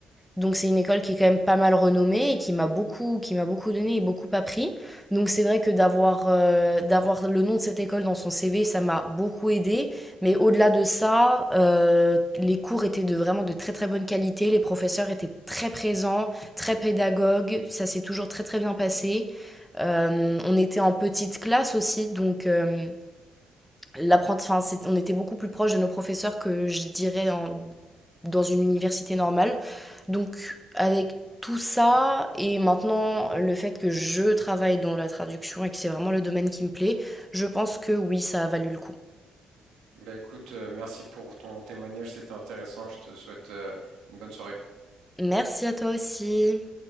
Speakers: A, in the centre; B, on the right.
A: Donc c'est une école qui est quand même pas mal renommée et qui m'a beaucoup qui m'a beaucoup donné et beaucoup appris. Donc c'est vrai que d'avoir euh, d'avoir le nom de cette école dans son CV, ça m'a beaucoup aidé. Mais au-delà de ça, euh, les cours étaient de vraiment de très très bonne qualité. Les professeurs étaient très présents, très pédagogues. Ça s'est toujours très très bien passé. Euh, on était en petite classe aussi, donc euh, l'apprenti- enfin, c'est- on était beaucoup plus proche de nos professeurs que je dirais en- dans une université normale. Donc avec tout ça et maintenant le fait que je travaille dans la traduction et que c'est vraiment le domaine qui me plaît, je pense que oui, ça a valu le coup.
B: Bah écoute, euh, merci pour ton témoignage, c'était intéressant. Je te souhaite euh, une bonne soirée.
A: Merci à toi aussi.